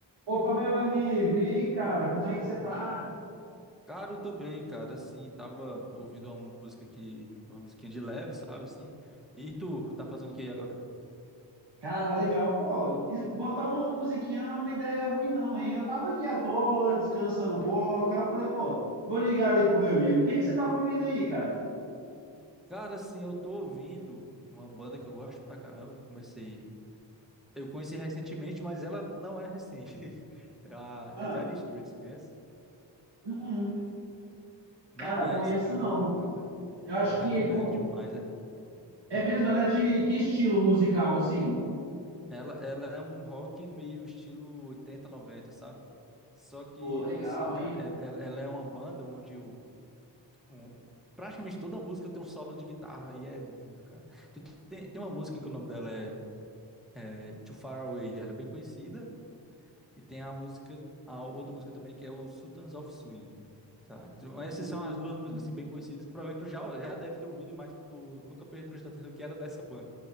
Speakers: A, on the right; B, in the centre.
A: Opa, meu amigo! E aí, cara, como é que você tá?
B: Cara, eu tô bem, cara. Assim, tava ouvindo uma música que, uma musiquinha de leve, sabe, assim. E tu, tá fazendo o que aí agora?
A: Cara, legal. Pô, is- botar uma musiquinha não é uma ideia ruim, não, hein? Eu tava aqui à toa, descansando um pouco. Aí eu falei, pô, vou ligar ali pro meu amigo. O que que você tava ouvindo aí, cara?
B: Cara, assim, eu tô ouvindo uma banda que eu gosto pra caramba, que eu comecei, eu conheci recentemente, mas ela não é recente. <laughs> É a
A: Ah,
B: é Dire Straits, conhece?
A: uh-uh.
B: Não
A: Cara,
B: conhece?
A: conheço
B: Caramba,
A: não.
B: cara.
A: Eu acho
B: Eu recomendo
A: que. como-
B: demais. É-
A: É
B: ah.
A: mesmo? Ela é de que estilo musical, assim?
B: Ela, ela é um rock meio estilo 80 90, sabe? Só que,
A: Pô, legal,
B: assim, cara,
A: hein?
B: ela, ela ela é uma banda onde o um- um, praticamente toda música tem um solo de guitarra e é lindo, cara. Tu Tem, tem uma música que o nome dela é, é Too Far Away, ela é bem conhecida, e tem a música, a outra música também que é o Sultans of Swing. Tá, Então, essas
A: Hum.
B: são as duas músicas assim, bem conhecidas que provavelmente tu já, já deve ter ouvido, mas tu nunca pre- prestou atenção que era dessa banda,